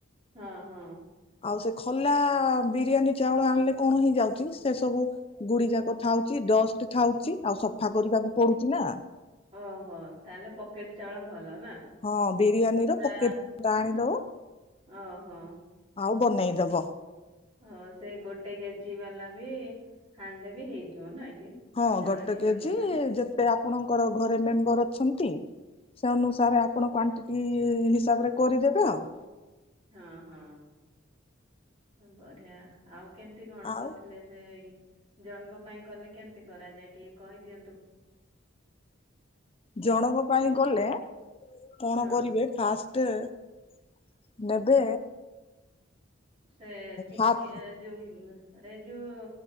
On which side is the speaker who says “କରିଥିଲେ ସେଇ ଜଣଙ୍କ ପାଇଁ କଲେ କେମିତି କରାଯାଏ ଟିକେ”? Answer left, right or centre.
Right